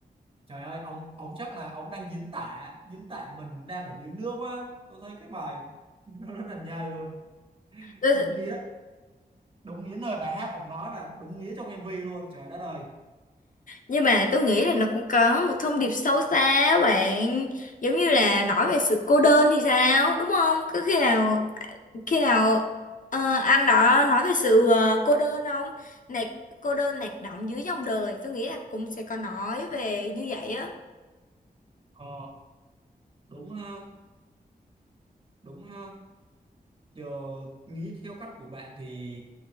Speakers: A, on the right; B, on the left.
A: trời ơi, ông ông chắc là ông đang diễn tả diễn tả mình đang ở dưới nước quá. Tôi thấy cái bài <laughs> nó rất là nhây luôn.
B: Tôi
A: Đúng nghĩa, đúng nghĩa lời bài hát ông nói và đúng nghĩa trong MV luôn. Trời đất ơi.
B: Nhưng mà tôi nghĩ là nó cũng có một thông điệp sâu xa á bạn Giống như là nói về sự cô đơn thì sao đúng không? Có khi nào khi nào ờ, anh đó nói về sự ờ, cô đơn không? Nạc, cô đơn lạc lõng dưới dòng đời Tôi nghĩ là cũng sẽ có nói về như vậy á
A: Ờ, đúng ha, đúng ha. Giờ nghĩ theo cách của bạn thì